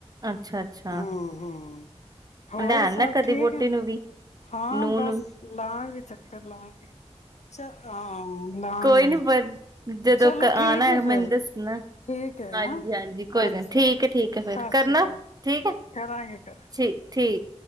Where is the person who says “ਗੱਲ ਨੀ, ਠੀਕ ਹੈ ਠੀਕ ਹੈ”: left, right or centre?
Right